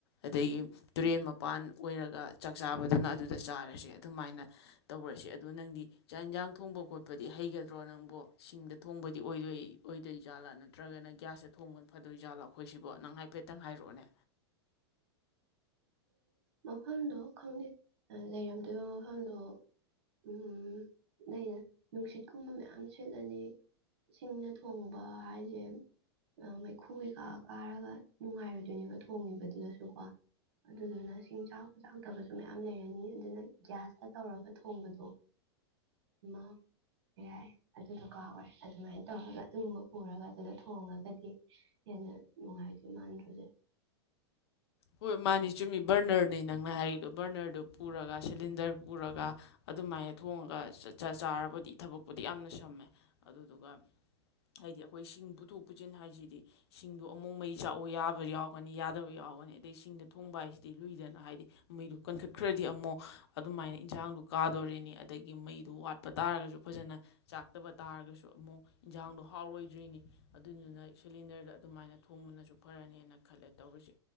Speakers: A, on the left; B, on the right.
A: ꯑꯗꯒꯤ ꯇꯨꯔꯦꯟ ꯃꯄꯥꯟ ꯑꯣꯏꯔꯒ ꯆꯥꯛ ꯆꯥꯕꯗꯅ ꯑꯗꯨꯗ ꯆꯥꯔꯁꯦ ꯑꯗꯨꯃꯥꯏꯅ ꯇꯧꯔꯁꯦ ꯑꯗ ꯅꯪꯗꯤ ꯆꯥꯛ ꯌꯦꯟꯁꯥꯡ ꯊꯣꯡꯕ ꯈꯣꯠꯄꯗꯤ ꯍꯩꯒꯗ꯭ꯔꯣ ꯅꯪꯕꯨ ꯁꯤꯡꯗ ꯊꯣꯡꯕꯗꯤ ꯑꯣꯏꯗꯣꯏ ꯑꯣꯏꯗꯣꯏꯖꯥꯠꯂꯥ ꯅꯠꯇ꯭ꯔꯒꯅ ꯒ꯭ꯌꯥꯁꯇ ꯊꯣꯡꯕꯅ ꯐꯗꯣꯏꯖꯥꯠꯂꯥ ꯑꯩꯈꯣꯏꯁꯤꯕꯣ ꯅꯪ ꯍꯥꯏꯐꯦꯠꯇꯪ ꯍꯥꯏꯔꯛꯑꯣꯅꯦ
B: ꯃꯐꯝꯗꯣ ꯈꯪꯗꯦ ꯂꯩꯔꯝꯗꯣꯏꯕ ꯃꯐꯝꯗꯣ ꯎ ꯂꯩ ꯅꯨꯡꯁꯤꯠꯀꯨꯝꯕ ꯃꯌꯥꯝ ꯁꯦꯠꯂꯗꯤ ꯁꯤꯡꯅ ꯊꯣꯡꯕ ꯍꯥꯏꯁꯦ ꯃꯩꯈꯨ ꯀꯩꯀꯥ ꯀꯥꯔꯒ ꯅꯨꯡꯉꯥꯏꯔꯣꯏꯗꯣꯏꯅꯦꯕ ꯊꯣꯡꯉꯤꯕꯗꯨꯗꯁꯨꯀꯣ ꯑꯗꯨꯗꯨꯅ ꯁꯤꯡ ꯆꯥꯛꯄ ꯆꯥꯛꯗꯕ ꯑꯗꯨ ꯃꯌꯥꯝ ꯂꯩꯔꯅꯤ ꯑꯗꯨꯅ ꯒ꯭ꯌꯥꯁꯇ ꯇꯧꯔꯒ ꯊꯣꯡꯕꯗꯣ ꯑꯃꯔ ꯑꯗꯨ ꯗꯣꯀꯥꯔ ꯑꯣꯏꯔꯦ ꯑꯗꯨꯃꯥꯏꯅ ꯇꯧꯔꯒ ꯑꯗꯨꯒꯨꯝꯕ ꯄꯨꯔꯒ ꯑꯗꯨꯗ ꯊꯣꯡꯉꯒꯗꯤ ꯍꯦꯟꯅ ꯅꯨꯡꯉꯥꯏꯗꯣꯏ ꯃꯥꯟꯗ꯭ꯔꯣꯁꯦ
A: ꯍꯣꯏ ꯃꯥꯅꯤ ꯆꯨꯝꯃꯤ ꯕꯔꯅꯔꯅꯤ ꯅꯪꯅ ꯍꯥꯏꯔꯤꯗꯣ ꯕꯔꯅꯔꯗꯨ ꯄꯨꯔꯒ ꯁꯤꯂꯤꯟꯗꯔ ꯄꯨꯔꯒ ꯑꯗꯨꯃꯥꯏꯅ ꯊꯣꯡꯉꯒ ꯆꯥꯔꯕꯗꯤ ꯊꯕꯛꯄꯨꯗꯤ ꯌꯥꯝꯅ ꯁꯝꯃꯦ ꯑꯗꯨꯗꯨꯒ ꯍꯥꯏꯗꯤ ꯑꯩꯈꯣꯏ ꯁꯤꯡ ꯄꯨꯊꯣꯛ ꯄꯨꯁꯤꯟ ꯍꯥꯏꯁꯤꯗꯤ ꯁꯤꯡꯗ ꯑꯃꯨꯛ ꯃꯩ ꯆꯥꯛꯎ ꯌꯥꯕ ꯌꯥꯎꯒꯅꯤ ꯌꯥꯗꯕ ꯌꯥꯎꯒꯅꯤ ꯑꯇꯩ ꯁꯤꯡꯗ ꯊꯣꯡꯕ ꯍꯥꯏꯁꯤꯗꯤ ꯂꯨꯏꯗꯅ ꯍꯥꯏꯗꯤ ꯃꯩꯗꯨ ꯀꯟꯈꯠꯈ꯭ꯔꯗꯤ ꯑꯃꯨꯛ ꯑꯗꯨꯃꯥꯏꯅ ꯏꯟꯁꯥꯡꯗꯨ ꯀꯥꯗꯣꯔꯤꯅꯤ ꯑꯗꯒꯤ ꯃꯩꯗꯨ ꯋꯥꯠꯄ ꯇꯥꯔꯒꯁꯨ ꯐꯖꯅ ꯆꯥꯛꯇꯕ ꯇꯥꯔꯒꯁꯨ ꯑꯃꯨꯛ ꯏꯟꯁꯥꯡꯗꯣ ꯍꯥꯎꯔꯣꯏꯗ꯭ꯔꯤꯅꯤ ꯑꯗꯨꯗꯨꯅ ꯁꯤꯂꯤꯟꯗꯔꯗ ꯑꯗꯨꯃꯥꯏꯅ ꯊꯣꯡꯕꯅꯁꯨ ꯐꯔꯅꯦꯅ ꯈꯜꯂꯦ ꯇꯧꯔꯤꯁꯦ